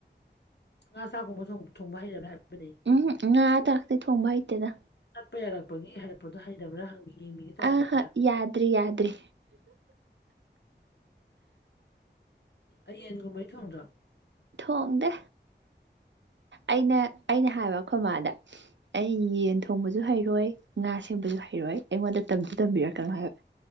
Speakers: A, on the left; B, on the right.
A: ꯉꯥ ꯆꯥꯒꯨꯝꯕ ꯊꯣꯡꯕ ꯍꯩꯔꯕ ꯍꯥꯏꯕꯅꯤ
B: ꯎꯝ ꯉꯥ ꯑ ꯇꯔꯛꯇ ꯊꯣꯡꯕ ꯍꯩꯇꯦꯗ
A: ꯆꯠꯄ ꯌꯥꯔꯛꯄꯒꯤ ꯍꯥꯏꯔꯛꯄꯥꯗꯣ ꯍꯥꯏꯗꯕ꯭ꯔꯥ ꯍꯪꯕꯤꯒꯦ ꯌꯦꯡꯕꯤꯒꯦ ꯇꯧꯕꯅꯤꯅ
B: ꯑꯍꯥ ꯌꯥꯗ꯭ꯔꯤ ꯌꯥꯗ꯭ꯔꯤ
A: ꯑ ꯌꯦꯟ ꯒꯨꯝꯕꯗꯤ ꯊꯣꯡꯗ꯭ꯔꯣ
B: ꯊꯣꯡꯗꯦ ꯑꯩꯅ ꯑꯩꯅ ꯍꯥꯏꯕ ꯑꯩꯈꯣꯏꯃꯥꯗ ꯑꯩ ꯌꯦꯟ ꯊꯣꯡꯕꯁꯨ ꯍꯩꯔꯣꯏ ꯉꯥ ꯁꯦꯡꯕꯁꯨ ꯍꯩꯔꯣꯏ ꯑꯩꯉꯣꯟꯗ ꯇꯝꯁꯨ ꯇꯝꯕꯤꯔꯛꯀꯅꯨ ꯍꯥꯏꯕ